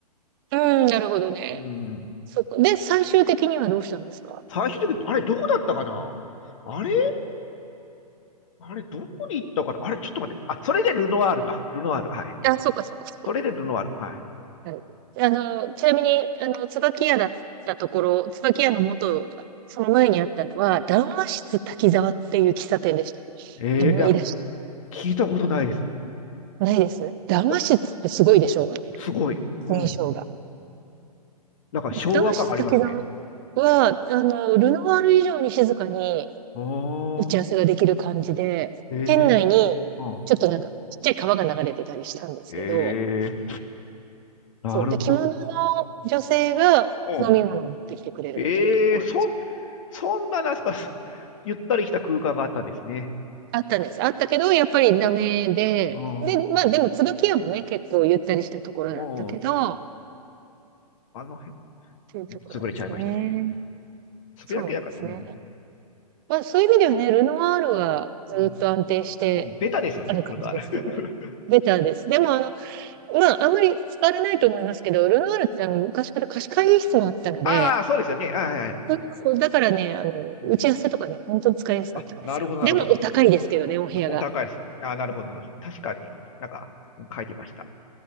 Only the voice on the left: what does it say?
うん。
最終的に、あれ、どこだったかなあれあれ、どこに行ったかなあれ、ちょっと待って。あ、それでルノワールだ。ルノワール。はい。
それでルノワール。はい。
えーいや、
聞いたことないです。
あすごい。うん。
うんなんか昭和感ありますね。
ああ、
ええ
うん。
ええなるほど。
うん。ええそん、そんな、なんすか、<laughs> ゆったりした空間があったんですね。
うん。
もう、
あの辺、
潰れちゃいましたね。つぶやきだから、
うん。
うんもうベタですよね、
ルナール。
<laughs> ああ、そうですよね。ああ、はいはいはいお
うん
あ、なるほど、なるほど。
お高いです。ああ、なるほど、なるほど。確かになんか、うん書いてました。